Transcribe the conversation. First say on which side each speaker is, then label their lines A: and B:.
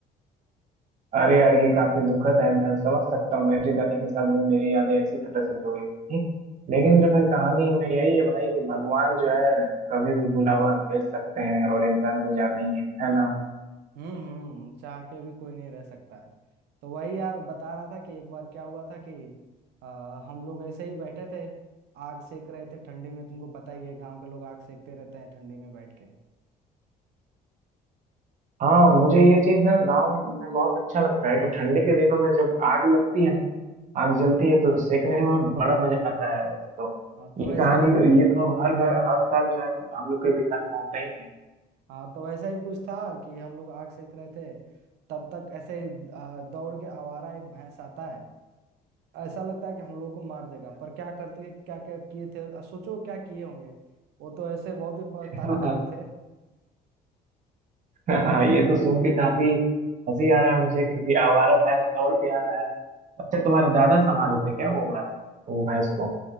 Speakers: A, on the right; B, on the right.
A: अरे यार ये काफी दुखद है मैं समझ सकता हूँ मेरी दादी के साथ भी मेरी यादें इसी तरह से जुड़ी हुई थी लेकिन जो है कहानी में यही है भाई कि भगवान जो है कभी भी बुलावा भेज सकते हैं और इंसान को जाना ही है है ना
B: हम्म हम्म चाह के भी कोई नहीं रह सकता है तो वही यार बता रहा था कि एक बार क्या हुआ था कि आ, हम लोग ऐसे ही बैठे थे आग सेक रहे थे ठंडी में तुमको पता ही है गांव के लोग आग सेकते रहते हैं ठंडी में बैठ के
A: हाँ मुझे ये चीज ना गांव में बहुत अच्छा लगता है कि ठंडी के दिनों में जब आग लगती है ना आग जलती है तो सेकने में बड़ा मजा आता है वैसे तो
B: हाँ तो
A: ये
B: वैसे
A: कहानी
B: ही
A: ये तो अब हर घर हर साल जो है हम लोग के भी घर में होता ही है
B: हाँ तो वैसा ही कुछ था कि हम लोग आग सेक रहे थे तब तक ऐसे ही आ, दौड़ के आवारा एक भैंस आता है ऐसा लगता है कि हम लोग को मार देगा पर क्या करते क्या क्या किए थे आ, सोचो क्या किए होंगे वो तो ऐसे बहुत ही प-
A: अच्छा
B: ताकतवर
A: <laughs>
B: थे
A: हाँ ये तो सुन के काफी हंसी आ रहा है मुझे क्योंकि आवारा भैंस दौड़ के आ रहा है अच्छा तुम्हारे दादा संभालते क्या वो बात वो भैंस को